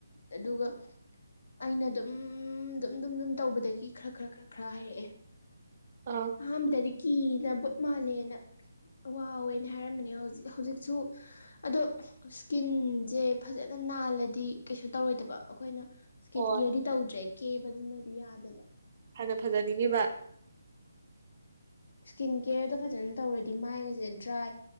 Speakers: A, on the left; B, on the right.
A: ꯑꯗꯨꯒ ꯑꯩꯅ ꯑꯗꯨꯝ ꯑꯗꯨꯝ ꯑꯗꯨꯝ ꯇꯧꯕꯗꯒꯤ ꯈꯔ ꯈꯔ ꯈꯔ ꯈꯔ ꯍꯥꯏꯔꯛꯑꯦ
B: ꯑꯥ
A: ꯑꯍꯥꯟꯕꯗꯗꯤ ꯀꯤꯅꯕ ꯃꯥꯂꯅ ꯋꯥꯋꯦꯅ ꯍꯥꯏꯔꯝꯃꯤꯅꯦ ꯍꯧꯖꯤꯛ ꯍꯧꯖꯤꯛꯁꯨ ꯑꯗꯣ ꯏꯁꯀꯤꯟꯁꯦ ꯐꯖꯅ ꯅꯥꯜꯂꯗꯤ ꯀꯩꯁꯨ ꯇꯧꯔꯣꯏꯗꯕ ꯑꯩꯈꯣꯏꯅ ꯏꯁꯀꯤꯟ
B: ꯍꯣꯏ
A: ꯀꯦꯌꯔꯗꯤ ꯇꯧꯗ꯭ꯔꯦ ꯀꯦꯕꯗꯨꯅꯗꯤ ꯌꯥꯗꯦꯗꯣ
B: ꯍꯅ ꯐꯖꯅꯤꯡꯈꯤꯕ
A: ꯁꯀꯤꯟ ꯀꯦꯌꯔꯗꯣ ꯐꯖꯅ ꯇꯧꯔꯗꯤ ꯃꯥꯏꯒꯁꯦ ꯗ꯭ꯔꯥꯏ